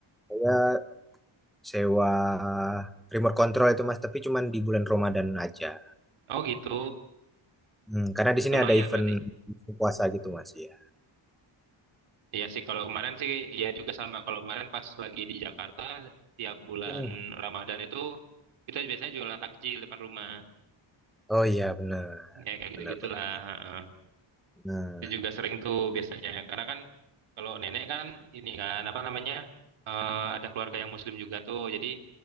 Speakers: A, in the centre; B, on the right (about 75°).
A: saya sewa remote control itu mas tapi cuman di bulan Ramadan aja
B: oh gitu.
A: Mm, karena di sini
B: Lumayan
A: ada event
B: berarti.
A: event puasa gitu mas ya
B: Iya sih kalau kemarin sih ya juga sama. Kalau kemarin pas lagi di Jakarta tiap bulan
A: Mm.
B: Ramadan itu kita biasanya jualan takjil depan rumah.
A: oh iya benar
B: Ya kayak gitu-gitulah.
A: benar benar
B: heeh.
A: nah
B: Itu juga sering tuh biasanya. Karena kan kalau nenek kan ini kan apa namanya? eh, ada keluarga yang muslim juga tuh. Jadi